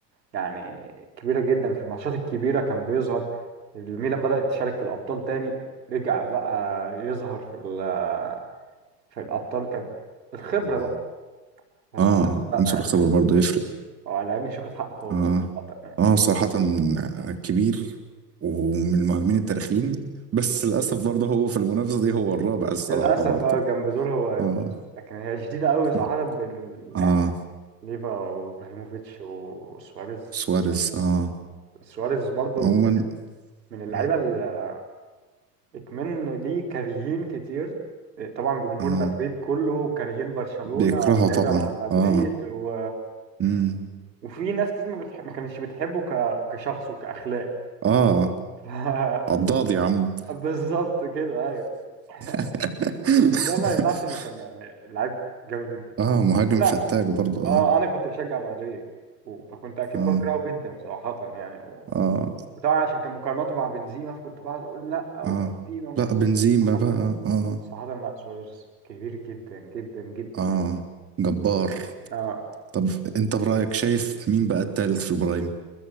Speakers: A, on the right; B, on the right.
A: يعني كبيره جدا في الماتشات الكبيره كان بيظهر الميلان بدأت تشارك في الابطال تاني رجع بقى يظهر في ال- في الابطال كان الخبره
B: اه
A: بقى بس
B: اه
A: هو- لا
B: عنصر
A: يعني
B: الخبرة برضه يفرق
A: هو على العلم مش واخد حقه خالص
B: اه
A: صراحة يعني
B: اه صراحة كبير ومن المهاجمين التاريخيين بس للأسف برضه هو في المنافسة دي هو الرابع الصراحة
A: للاسف
B: برضه
A: اه جنب دول هو هيبقى
B: اه
A: لكن هي شديده قوي
B: <laughs>
A: صراحه بين
B: اه
A: ليفا وابراهيموفيتش وسواريز
B: سواريز اه
A: سواريز برضو
B: عموما
A: من اللعيبه
B: اه
A: اللي اكمن دي كارهين كتير طبعا جمهور
B: اه
A: مدريد كله كارهين برشلونه
B: بيكرهه طبعا
A: بعيدا عن مدريد
B: اه
A: و...
B: امم
A: وفي ناس كتير ما, بتح... ما كانتش بتحبه ك... كشخص وكاخلاق
B: اه
A: <laughs> ف...
B: عضاض يا عم
A: بالظبط كده ايوه <laughs>
B: <laughs>
A: لكن ده ما يمنعش انه كان يعني لعيب جامد جدا صح
B: اه مهاجم
A: انا
B: فتاك برضه
A: اه
B: اه
A: انا كنت بشجع مدريد و- فكنت اكيد
B: اه
A: بكرهه جدا صراحه يعني
B: اه
A: وطبعا عشان كان مقارناته مع بنزيما فكنت بقعد اقول لا او
B: اه
A: بنزيما مش
B: لا
A: عارف
B: بنزيما
A: صراحة
B: بقى اه
A: صراحة لا سواريز كبير جدا جدا جدا
B: اه جبار
A: اه
B: طب انت برأيك شايف مين بقى التالت في البرايم